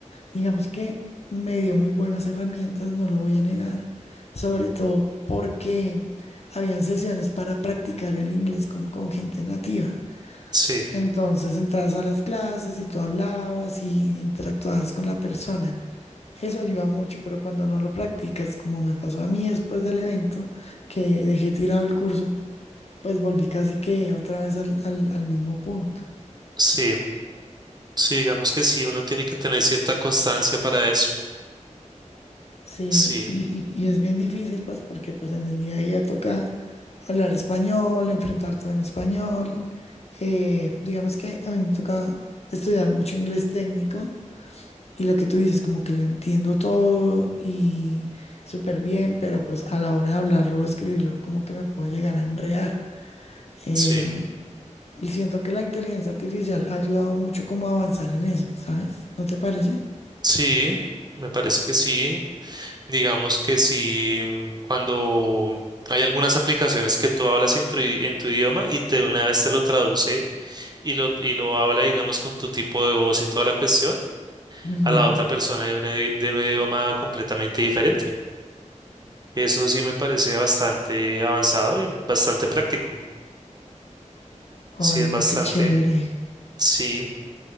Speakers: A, on the left; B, on the right.
A: digamos que me dio muy buenas herramientas, no lo voy a negar, sobre todo porque habían sesiones para practicar el inglés con, con gente nativa.
B: sí,
A: Entonces entrabas a las clases y tú hablabas y interactuabas con la persona. Eso ayuda mucho, pero cuando no lo practicas, como me pasó a mí después del evento, que dejé tirado el curso, pues volví casi que otra vez al, al al mismo punto.
B: sí, sí, digamos que sí, uno tiene que tener cierta constancia para eso.
A: Sí,
B: Sí,
A: y, y- y es bien difícil, pues, porque pues en el día a día toca hablar español, enfrentar todo en español. Eh, digamos que a mí me toca estudiar mucho inglés técnico y lo que tú dices, como que lo entiendo todo y súper bien, pero pues a la hora de hablarlo o escribirlo, como que me puedo llegar a enredar. Em,
B: sí,
A: y siento que la inteligencia artificial ha ayudado mucho como a avanzar en eso, ¿sabes? ¿No te parece?
B: sí, me parece que sí. Digamos que si cuando hay algunas aplicaciones que tú hablas en tu, i- en tu idioma y de una vez te lo traduce y lo, y lo habla, digamos, con tu tipo de voz y toda la cuestión,
A: Ujú.
B: a la otra persona de un, idi- de un idioma completamente diferente. Eso sí me parece bastante avanzado y bastante práctico.
A: Ay,
B: Sí, es
A: no,
B: bastante,
A: qué chévere.
B: sí.